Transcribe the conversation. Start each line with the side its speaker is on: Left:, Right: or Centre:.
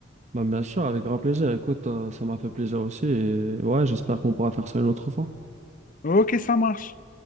Right: ben bien sûr, avec grand plaisir. Écoute, euh, ça m'a fait plaisir aussi et ouais, j'espère qu'on pourra faire ça une autre fois.
Left: Ok, ça marche.